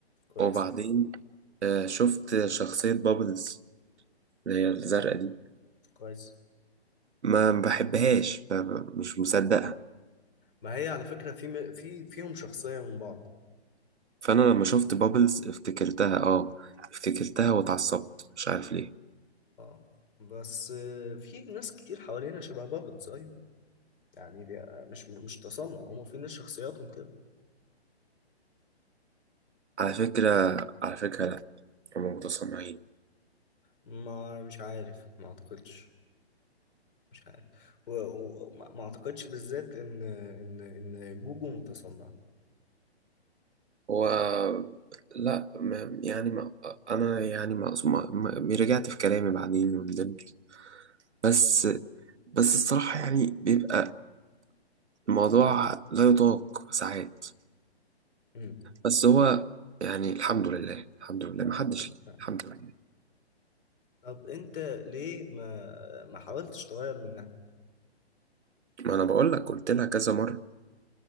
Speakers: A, on the left (about 50°); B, on the right (about 85°).
A: كويس
B: وبعدين آه، شفت شخصية بابلز اللي هي الزرقاء دي
A: كويس
B: ما بحبهاش ب- ب- مش مصدقها
A: ما هي على فكرة في م... في فيهم شخصية من بعض
B: فأنا لما شفت بابلز افتكرتها اه افتكرتها واتعصبت مش عارف ليه
A: اه بس آه، في ناس كتير حوالينا شبه بابلز ايوه يعني دي آه، مش مش تصنع هما في ناس شخصياتهم كده
B: على فكرة على فكرة لأ هما متصنعين
A: ما مش عارف ما اعتقدش مش عارف وما و... و- ما ما اعتقدش بالذات ان ان ان جوجو متصنع
B: هو لأ ما يعني ما أنا يعني ما, ما ما- رجعت في كلامي بعدين وندمت بس بس الصراحة يعني بيبقى الموضوع لا يطاق ساعات
A: امم
B: بس هو يعني الحمد لله الحمد لله
A: فاهم
B: ما حدش ليه
A: فاهم
B: الحمد لله
A: طب انت ليه ما ما حاولتش تغير من
B: ما انا بقول لك قلت لها كذا مره